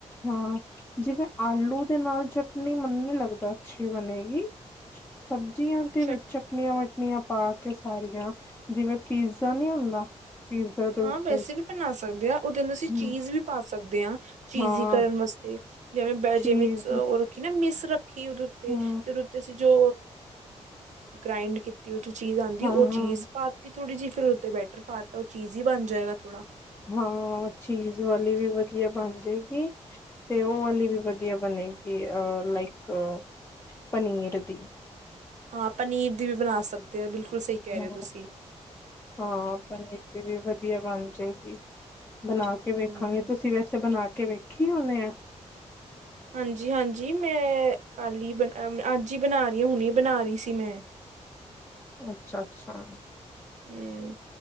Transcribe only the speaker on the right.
ਚਟ
ਹਾਂ ਵੈਸੇ ਵੀ ਬਣਾ ਸਕਦੇ ਹ ਉਹਦੇ ਅੰ ਅਸੀਂ
ਚੀਜ਼ ਵੀ ਪਾ ਸਕਦੇ ਹਾਂ ਚੀਜ਼
ਹੀ ਕਰਨ ਵਾਸਤੇ ਜਿਵੇਂ ਬ
ਜਿਵੇਂ ਉਹ ਰੱਖੀ ਨਾ ਮਿਸ ਰੱਖੀ ਉਹਦੇ ਉੱਤੇ
ਤੇ ਉਹਦੇ ਉੱਤੇ ਅਸੀਂ ਜੋ ਗ੍ਰਾਇੰਡ ਕੀਤੀ ਹੋਈ ਜੋ ਚੀਜ਼ ਆਉਂਦੀ
ਉਹ ਚੀਜ਼ ਪਾਤੀ ਥੋੜ੍ਹੀ ਜਿ ਫਿਰ ਉਹਤੇ ਬੈਟਰ ਪਾ ਦਿੱਤਾ ਉਹ ਚੀਜ਼ ਹੀ ਬਣ ਜਾਏਗਾ ਥੋੜਾ।
ਹਾਂ ਪਨੀਰ ਦੀ ਵੀ ਬਣਾ ਸਕਦੇ ਹੋ। ਬਿਲਕੁਲ ਸਹੀ ਕਹਿ
ਰਹੇ ਹੋ ਤੁਸੀ।
ਹਮ
ਹਾਂਜੀ-ਹਾਂਜੀ ਮੈਂ ਕੱਲ ਹੀ ਬਣਾ ਅੱਜ ਹੀ ਬਣਾ ਰਹੀ ਹਾਂ ਹੁਣੀ ਹੀ ਬਣਾ ਰਹੀ ਸੀ ਮੈਂ
ਹੂੰ